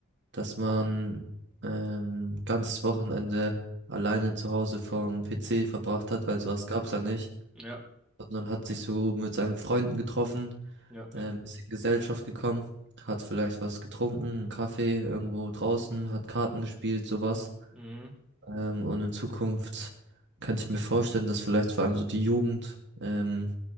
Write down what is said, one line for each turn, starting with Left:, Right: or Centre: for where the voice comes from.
Right: dass man ähm, ganzes Wochenende alleine zu Hause vom PC verbracht hat, weil
Centre: Mhm.
Right: sowas gab's ja nicht,
Centre: Ja,
Right: sondern hat sich so mit seinen Freunden getroffen,
Centre: ja, ja.
Right: ähm, ist in Gesellschaft gekommen, hat vielleicht was getrunken, einen Kaffee irgendwo draußen, hat Karten gespielt, sowas.
Centre: Mhm.
Right: Ähm, und in Zukunft könnte ich mir vorstellen, dass vielleicht vor allem so die Jugend ähm,